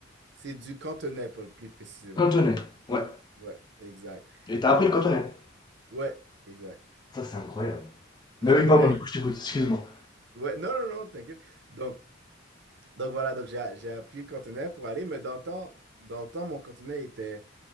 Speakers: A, on the right; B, on the left.
A: c'est du cantonais, plus plus précisément.
B: Cantonais. Ouais.
A: Ouais, exact.
B: Et t'as
A: Donc,
B: appris le cantonais.
A: ouais, exact.
B: Ça, c'est incroyable.
A: <laughs>
B: Mais oui, pardon,
A: Ouais.
B: du coup, je t'écoute, excuse-moi.
A: Ouais, non, non, non, t'inquiète. Donc, donc voilà, donc j'ai j'ai appris le cantonais pour aller, mais dans le temps, dans le temps, mon cantonais était,